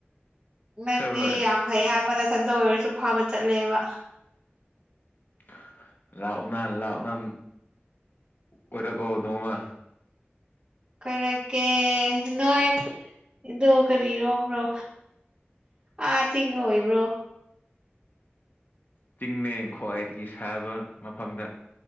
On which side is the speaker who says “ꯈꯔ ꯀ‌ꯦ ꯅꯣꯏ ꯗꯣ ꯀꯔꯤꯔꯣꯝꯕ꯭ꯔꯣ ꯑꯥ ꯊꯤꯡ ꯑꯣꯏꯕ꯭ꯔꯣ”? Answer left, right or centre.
Right